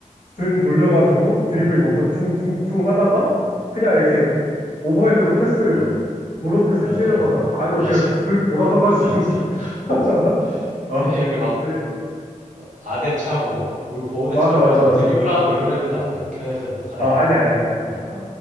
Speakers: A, on the left; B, on the right.
A: 등 돌려가지고 드리블
B: 어,
A: 몇 번 둥, 둥, 둥 하다가
B: 어,
A: 그냥 이렇게 오버헤드로 패스,
B: 어.
A: 노로 패스
B: 맞아,
A: 찌르거나
B: 맞아.
A: 아니면
B: 맞아,
A: 그냥 쓱
B: <laughs>
A: 돌아서가지고
B: 맞아,
A: <laughs>
B: 맞아.
A: 아,
B: 괜히 이렇게 막
A: 아니,
B: 어, 아대 차고, 물 보호대
A: 맞아,
B: 차고
A: 맞아,
B: 와서
A: 맞아.
B: 드리블하고 이런 애들은 아니야. 그런 애들은 못하는
A: 아,
B: 애들이야.
A: 아니야, 아니야, 아니야.
B: 어,
A: 아,